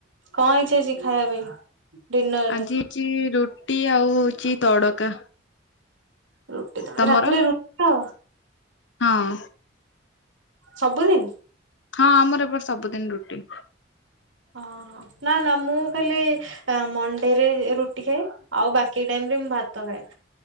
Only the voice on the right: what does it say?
କଣ ଇଛା ଅଛି ଖାଇବା ପାଇଁ ଡିନର
ରେ
ରୁଟି ତ
ରାତିରେ ରୁଟି ତ
ସବୁଦିନ।
ଓହୋ ନା ନା ମୁଁ ଖାଲି ମଣ୍ଡେରେ ରୁଟି ଖାଏ ଆଉ ବାକି ଟାଇମ ରେ ମୁଁ ଭାତ ଖାଏ।